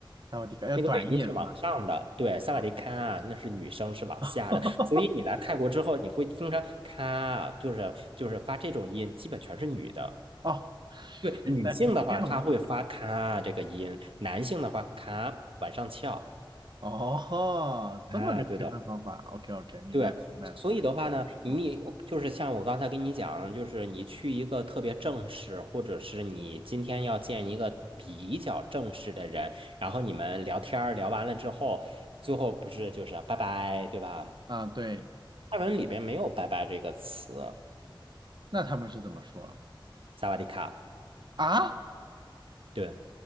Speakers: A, on the right (about 55°); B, on the right (about 90°).
A: 萨瓦迪卡要短一点是吧？
B: 那个尾音是往上的，对，萨瓦迪卡啊，
A: 啊、
B: 那是女生是往下的。
A: <laughs>
B: 所以你来泰国之后，你会听着咔啊就是就是发这种音，基本全是女的。
A: 哦，
B: 对，
A: 原来是这样吗？
B: 女性的话，她会发咔啊这个音；男性的话，咔往上翘
A: 哦，
B: 啊，
A: 这么个区分方法，OK
B: 对的。
A: OK，明白了明白了。
B: 对，所以的话呢，
A: 嗯
B: 你我就是像我刚才跟你讲，就是你去一个特别正式，或者是你今天要见一个比较正式的人，然后你们聊天儿聊完了之后，最后不是就是拜拜，对吧？
A: 啊，对，
B: 泰文里边没有拜拜这个词，
A: 那他们是怎么说
B: 萨瓦迪卡。
A: 啊？
B: 对，